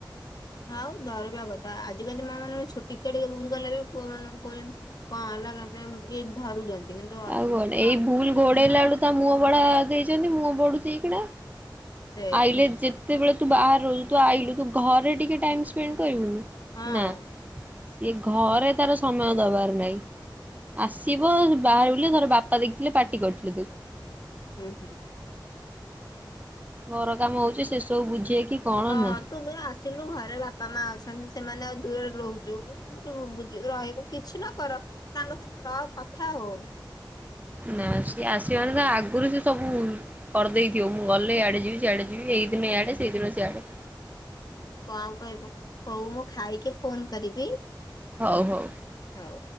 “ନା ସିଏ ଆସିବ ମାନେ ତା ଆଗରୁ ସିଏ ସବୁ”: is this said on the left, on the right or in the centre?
Right